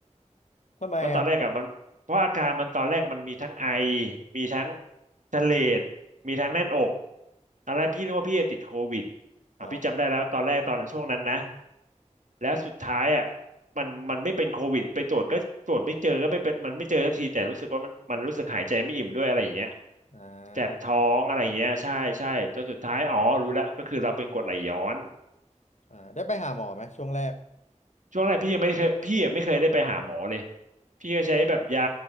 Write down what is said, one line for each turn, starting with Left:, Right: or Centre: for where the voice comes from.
Left: ทำไมอ่ะ
Right: เพราะตอนแรกอะมันเพราะอาการมันตอนแรกมันมีทั้งไอมีทั้งทะเลดมีทั้งแน่นอกตอนแรกพี่นึกว่าพี่จะติดโควิดอ่ะพี่จำได้แล้วตอนแรกตอนช่วงนั้นนะ
Left: อ๋อ
Right: แล้วสุดท้ายอะมันมันไม่เป็นโควิดไปตรวจก็ตรวจไม่เจอก็ไม่เป็นมันไม่เจอสักทีแต่รู้สึกว่ามันมันรู้สึกหายใจไม่อิ่มด้วยอะไรอย่างเงี้ย
Left: อ่
Right: แสบท้องอะไรอย่างเงี้ยใช่ใช่จนสุดท้ายอ๋อรู้แล้วก็คือเราเป็นกรดไหลย้อน
Left: าอ่าได้ไปหาหมอไหมช่วงแรก
Right: ช่วงแรกพี่ยังไม่เคยพี่ยังไม่เคยได้ไปหาหมอเลยพี่ก็ใช้แบบยา